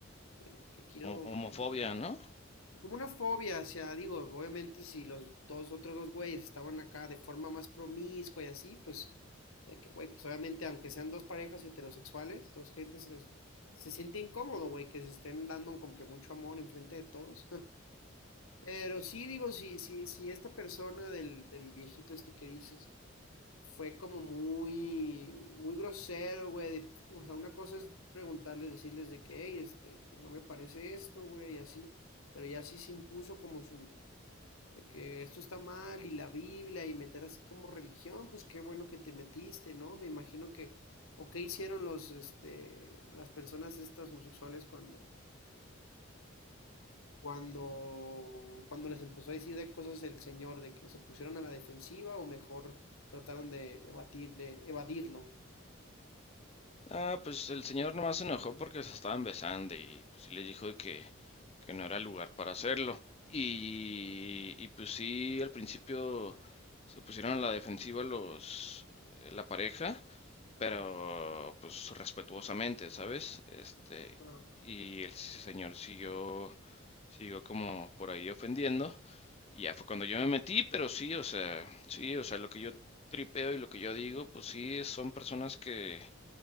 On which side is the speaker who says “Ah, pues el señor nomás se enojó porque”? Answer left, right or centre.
Left